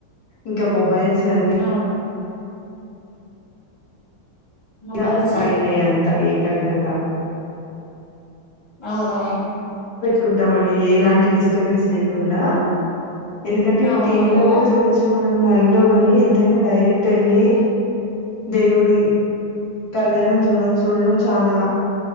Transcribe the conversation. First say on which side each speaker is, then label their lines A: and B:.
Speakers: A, on the left; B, on the left.
A: ఇంకా మొబైల్స్ అన్ని
B: ఔన్ మొబైల్స్
A: ఇగ కారైనే అంత ఏకాగ్రత
B: ఔ ఔన్
A: కుంటామండి ఏ లాంటి డిస్టబెన్ స్స్ లేకుండా ఎందుకంటే ఇప్పుడు
B: అవునవును
A: టీవీ లో కూడా చూడొచ్చు మనం లైవ్ లో గాని ఎంతైనా డైరెక్ట్ ఏళ్ళి దేవుడి కళ్యాణం జుడ చూడడం చాలా